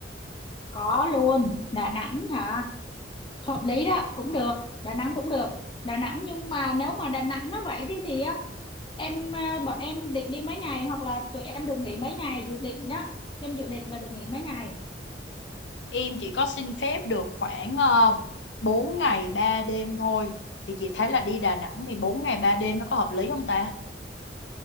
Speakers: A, on the left; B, on the left.
A: có luôn Đà Nẵng hả hợp lý đó cũng được Đà Nẵng cũng được Đà Nẵng nhưng mà nếu mà Đà Nẵng nó vậy thì thì á, em à, bọn em định đi mấy ngày hoặc là tụi em được nghỉ mấy ngày dự định đó trên dự định là được nghỉ mấy ngày
B: Em chỉ có xin phép được khoảng uh, 4 ngày 3 đêm thôi, thì chị thấy là đi Đà Nẵng thì 4 ngày 3 đêm nó có hợp lý không ta?